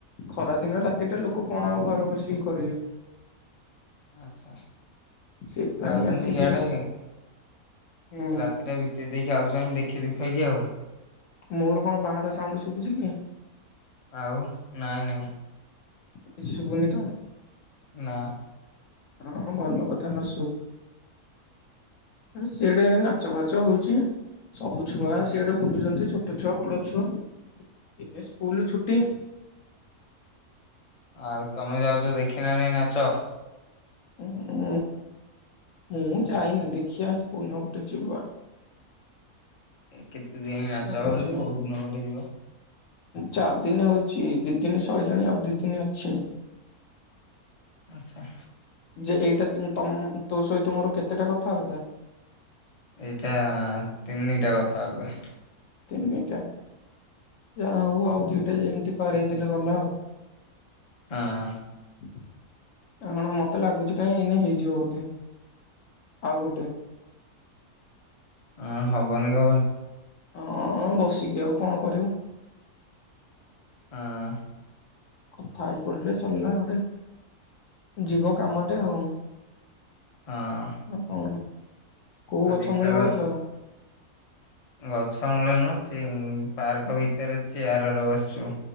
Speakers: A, on the left; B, on the left.
A: ଖରାଦିନେ ରେ ରାତିଟା ଲୋକ କଣ ଆଉ ଘରେ ବସିକି କରିବେ?
B: ଆଛା
A: ସେଇଥିପାଇଁ
B: ଆଉଚନ୍ତି
A: ଆସିକି
B: କି ଇଆଡେ?
A: ଉଁ
B: ରାତିଟା ବିତେଇ ଦେଇ କିଏ ଆଉଚନ୍ତି ଦେଖି ଦେଖେଇକି ଆଉ
A: ମୋର କଣ ବାହାର ସାଉଣ୍ଡ ଶୁଭୁଛି କି?
B: ଆଉ ନାଇଁ ନାଇଁ
A: କିଛି ଶୁଭୁନି ତ?
B: ନା
A: ହଁ ଭଲ କଥା ନ ଶୁଭୁ, ଆରେ ସିଆଡେ ନାଚ ଫାଚ ହଉଚି ସବୁ ଛୁଆ ସିଆଡେ ବୁଲୁଛନ୍ତି ଛୋଟ ଛୁଆ ବଡ ଛୁଆ ଏବେ ସ୍କୁଲ ଛୁଟି
B: ଆଉ ତମେ ଯାଉଛ ଦେଖିଲ ନା ନାାଇଁ ନାଚ?
A: ଉଁ ମୁଁ ଯାଇନି ଦେଖିଆ କୋଉନ ଗୋଟେ ଯିବା
B: ଏ କେତେ ଦିନ ନାଚ
A: ଆଉ ହଉଛି
B: ହବ କି କୋଉ ଦିନ ଗୋଟେ ଯିବ
A: ଚାରି ଦିନ ହଉଛି ଦି ଦିନି ସଇଲାଣି ଆଉ ଦି ଦିନି ଅଛି।
B: ଆଛା
A: ଯେ ଏଇଟା ତମ୍ ତୋ ସହିତ ମୋର କେତେଟା କଥାବାର୍ତ୍ତା?
B: ଏଇଟା ତିନିଟା କଥାବାର୍ତ୍ତା
A: ତିନିଟା ଯା ହଉ ଆଉ ଦିଟା ଯେମିତି ପାରେଇ ଦେଲେ ଗଲା ଆଉ।
B: ହଁ
A: <unintelligible> ମତେ ଲାଗୁଛି କାଇଁ ଏଇନେ ହେଇଯିବ ବୋଧେ ଆଉ ଗୋଟେ।
B: ହଁ ହବନି କଣ
A: ହଁ ବସିକି ଆଉ କଣ କରିବୁ?
B: ହଁ
A: କଥା ହେଇ ପଡିଲେ ସରିଲା ଗୋଟେ ଯିବ କାମଟେ ଆଉ ଆଉ
B: ହଁ
A: କଣ? କୋଉ
B: ଆଜି
A: ଗଛ
B: ଖେଳ
A: ମୂଳେ ବଇଚ?
B: ଗଛ ମୂଳେ ନୁହେଁ <inaudible> ପାର୍କ ଭିତରେ ଚେୟାରରେ ବସଛୁ